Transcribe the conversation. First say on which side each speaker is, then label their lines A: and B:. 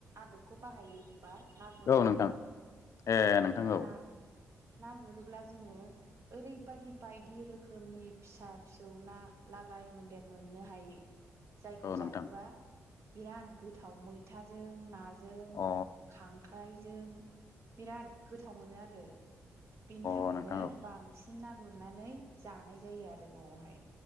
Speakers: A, on the right; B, on the left.
A: आदबखौ बाहायो होमबा ना गुरनाय
B: औ नोंथां ए नोंथां
A: ना
B: औ
A: ना गुरोब्ला जोङो ओरैबायदि बायदि रोखोमनि फिसा फिसौ ना लागाय मोन्देर मोननो हायो जायखौ
B: औ नोंथां
A: जायोबा बिराद गोथाव मैथाजों नाजों
B: अ
A: खांख्राय जों बिराद गोथाव मोनो आरो बेनि थाखायनो
B: अ नोंथां
A: बांसिन बि ना गुरनानै जानाय जायो आरो न'आवहाय